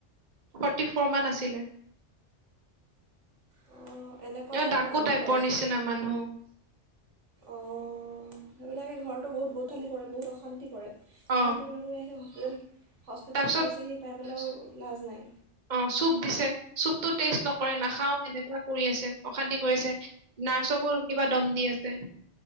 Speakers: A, on the right; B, on the right.
A: ফৰ্টি ফ'ৰ মান আছিলে।
B: অঁ এনেকুৱা
A: এ
B: টাইপৰ
A: ডাকো
B: মানুহ
A: টাইপৰ
B: খৰচ
A: নিচিনা মানুহ।
B: অ সেইবিলাকে ঘৰতো বহুত গোথালি কৰে বহুত অশান্তি কৰে।
A: অ
B: অশান্তি কৰি কৰি আহি হস্পিতে হস্পিতেল
A: তাৰপিছত
B: পাইছেহি পাই পেলাইও লাজ নাই।
A: অ চুপ দিছে, চুপতটো টেষ্ট নকৰে নাখাও এনেকুৱা কৰি আছে, অশান্তি কৰিছে, নাৰ্চকো কিবা দম দি আছে।